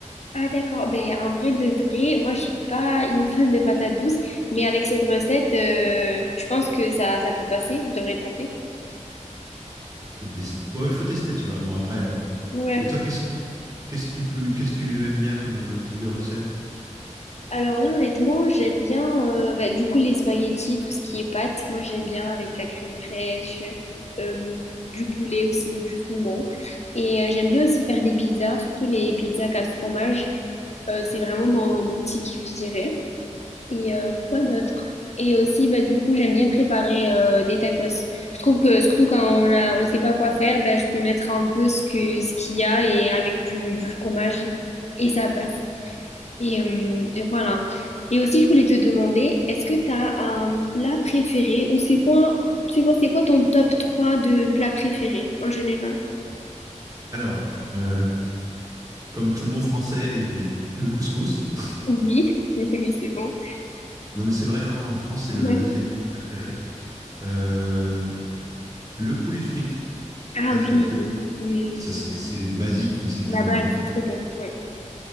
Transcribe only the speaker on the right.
Il faut tester, Ouais, il faut tester tu vois. Bon, après. euh,
Et toi, qu'est-ce que, qu'est-ce que tu peux, qu'est-ce que tu aimes bien comme euh, type de recette?
Alors, euh, comme tout bon français, il y a le couscous. <laughs>
Non, mais c'est vrai, hein, en France, c'est le
deuxième plat préféré. Euh, le poulet frites,
ça,
c'est le truc.
Ça, c'est c'est basique, mais c'est tellement
bon.